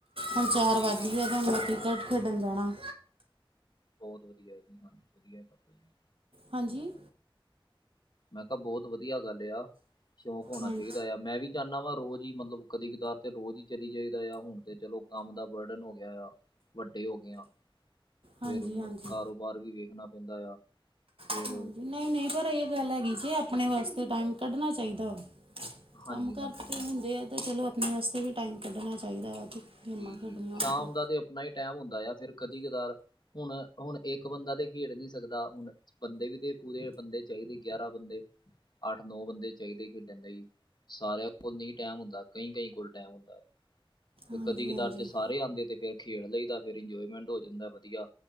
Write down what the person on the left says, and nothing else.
ਜੀ
ਜੀ
ਬਹੁਤ ਵਧੀਆ ਜੀ, ਹਾਂਜੀ ਵਧਆ ਕਰਦੇ
ਮੈਂ ਕਿਹਾ, ਬਹੁਤ ਵਧੀਆ ਗੱਲ ਆ, 'ਸ਼ੌਕ ਹੋਣਾ
ਚਾਹੀਦਾ' ਆ ਮੈਂ ਵੀ ਜਾਂਣਾ ਵਾ ਰੋਜ਼ ਹੀ, ਮਤਲਬ ਕਦੇ ਕਤਾਰ ਤੇ ਰੋਜ਼ ਹੀ ਚਲੀ ਜਾਈਦਾ ਆ, ਹੁਣ ਤੇ ਚਲੋ ਕੰਮ ਦਾ ਬਰਡਨ ਹੋ ਗਿਆ ਆ! ਵੱਡੇ ਹੋ ਗਏ ਆ, 'ਫਿਰ
ਹੁਣ
ਕਾਰੋਬਾਰ ਵੀ ਵੇਖਣਾ ਪੈਂਦਾ ਆ! ਫੇਰ
ਹਾਂਜੀ
ਹਾਂਜੀ
ਹਾਂਜੀ
ਜੀ
-ਜੀ
ਸ਼ਾਮ
ਦਾ ਤੇ ਆਪਣਾ ਹੀ ਟਾਈਮ ਹੁੰਦਾ ਆ, ਫਿਰ ਕਦੀ ਕਦਾਰ ਹੁਣ ਹੁ-ਣ ਇੱਕ ਬੰਦਾ ਤੇ ਖੇਡ ਨੀ ਸਕਦਾ ਹੁਣ ਬੰਦੇ ਵੀ ਤੇ, ਪੂਰੇ ਬੰਦੇ ਚਾਹੀਦੇ, ਗਿਆਰਾਂ ਬੰਦੇ। ਅੱਠ- ਨੌ ਬੰਦੇ ਚਾਹੀਦੇ ਖੇਡਣ ਲਈ, ਸਾਰਿਆਂ ਕੋਲ ਨਹੀਂ ਟਾਈਮ ਹੁੰਦਾ, ਕਈ -ਕਈ ਕੋਲ ਟਾਈਮ ਹੁੰਦਾ।
ਕਦੀ ਕਦਾਰ
ਤੇ ਸਾਰੇ ਆਦੇ ਤੇ, ਫਿਰ ਖੇਡ ਲਈਦਾ ਫਿਰ ਇੰਜੋਏਮੈਂਟ ਹੋ ਜਾਂਦਾ ਵਧੀਆ‌‌